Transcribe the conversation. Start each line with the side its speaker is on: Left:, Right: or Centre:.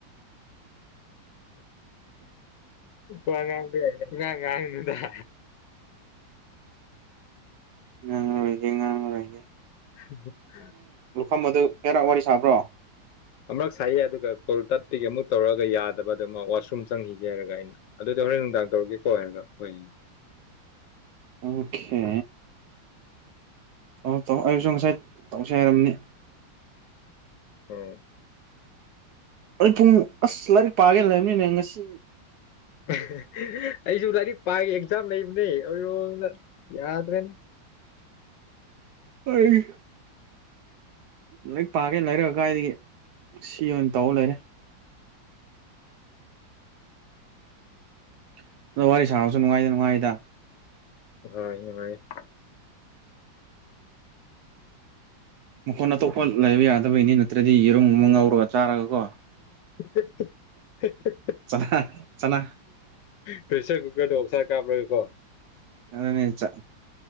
Left: ꯋꯥ ꯉꯥꯡꯗ ꯉꯥꯡ ꯉꯥꯡꯅꯨꯗ <unintelligible>
Right: ꯉꯥꯡꯉꯔꯣꯏꯒꯦ ꯉꯥꯡꯉꯔꯣꯏꯒꯦ
Left: <unintelligible>
Right: ꯐꯝ ꯑꯗꯨ ꯀꯦꯔꯥꯛ ꯋꯥꯔꯤ ꯁꯥꯕ꯭ꯔꯣ
Left: ꯑꯃꯔꯛ ꯁꯥꯏꯌꯦ ꯑꯗꯨꯒ ꯀꯣꯜ ꯇꯠꯇꯒꯤ ꯃꯨꯛ ꯇꯧꯔꯛꯑꯒ ꯌꯥꯗꯕꯗ ꯃꯥ ꯋꯥꯁꯔꯨꯝ ꯆꯪꯈꯤꯒꯦ ꯍꯥꯏꯔꯒ ꯑꯩꯅ ꯑꯗꯨꯗ ꯍꯣꯔꯦꯟ ꯅꯨꯡꯗꯥꯡ ꯇꯧꯔꯛꯀꯦ ꯀꯣ ꯍꯥꯏꯔꯒ ꯍꯣꯏ
Right: ꯑꯣꯈꯦ ꯑꯣ ꯇꯧ ꯑꯩꯁꯨ ꯉꯁꯥꯏ ꯇꯧꯁꯦ ꯍꯥꯏꯔꯝꯅꯤ
Left: ꯑꯥ
Right: ꯑꯩ ꯄꯨꯡ ꯑꯁ ꯂꯥꯏꯔꯤꯛ ꯄꯥꯒꯦꯅ ꯂꯩꯝꯅꯤꯅꯦ ꯉꯁꯤ
Left: ꯑꯍꯦ ꯍꯦ ꯑꯩꯁꯨ ꯂꯥꯏꯔꯤꯛ ꯄꯥꯒꯦ ꯑꯦꯛꯖꯥꯝ ꯂꯩ ꯗꯔꯦ ꯍꯣꯏꯔꯣꯡꯗ ꯌꯥꯗ꯭ꯔꯦꯗ
Right: ꯑꯩ ꯂꯥꯏꯔꯤꯛ ꯄꯥꯒꯦ ꯂꯩꯔꯛ ꯀꯥꯏꯗꯒꯤ ꯁꯤ ꯑꯣꯏꯅ ꯇꯧ ꯂꯩꯔꯦ <unintelligible> ꯋꯥꯔꯤ ꯁꯥꯕꯁꯨ ꯅꯨꯡꯉꯥꯏ ꯅꯨꯡꯉꯥꯏꯗ
Left: ꯑꯥ ꯅꯨꯡꯉꯥꯏ <unintelligible>
Right: ꯃꯈꯣꯟ ꯑꯇꯣꯞꯄ ꯂꯩꯕ ꯌꯥꯗꯕꯩꯅꯤ ꯅꯠꯇ꯭ꯔꯗꯤ ꯌꯦꯔꯨꯝ ꯒꯨꯝꯕ ꯉꯧꯔꯒ ꯆꯥꯔꯒ ꯀꯣ
Left: <unintelligible>
Right: ꯆꯅꯥ ꯆꯅꯥ
Left: ꯄ꯭ꯔꯦꯁꯔ ꯀꯨꯀꯔꯗꯣ ꯑꯣꯛꯁꯥ ꯀꯥꯝꯔꯒꯀꯣ
Right: ꯑꯗꯨꯅꯤ ꯆꯥ